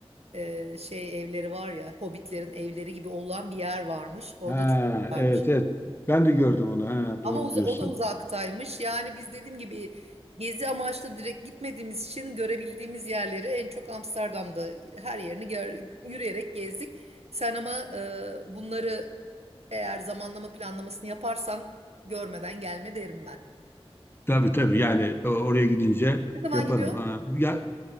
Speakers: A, on the right; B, on the left.
A: e, şey evleri var ya hobbitlerin evleri gibi olan bir yer varmış. O
B: Ha
A: da çok güzelmiş.
B: evet evet ben de gördüm onu ha
A: Ama
B: doğru
A: uza-
B: diyorsun.
A: o da uzaktaymış. Yani biz dediğim gibi gezi amaçlı direkt gitmediğimiz için görebildiğimiz yerleri en çok Amsterdam'da her yerini gör- yürüyerek gezdik. Sen ama e, bunları eğer zamanlama planlamasını yaparsan görmeden gelme derim ben.
B: Tabii tabii yani o- oraya gidince
A: Ne zaman
B: yaparım.
A: gidiyorsun?
B: Ha, ya